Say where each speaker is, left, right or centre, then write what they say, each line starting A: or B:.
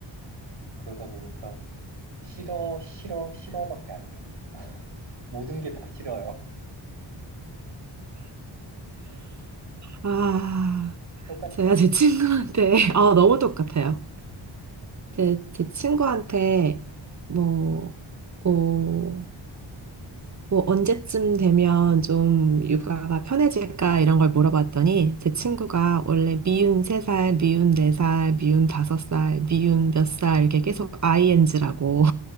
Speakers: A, on the right; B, on the right.
A: 그러다 보니까 싫어, 싫어, 싫어밖에 안 해요. 모든 게 다 싫어요. <laughs>
B: 아,
A: 똑같죠?
B: 제가 제 친구한테, <laughs> 아, 너무 똑같아요. 제, 제 친구한테, 뭐, 어, 뭐, 언제쯤 되면 좀 육아가 편해질까 이런 걸 물어봤더니 제 친구가 원래 미운 3살, 미운 4살, 미운 5살, 미운 몇 살 이렇게 계속 ING라고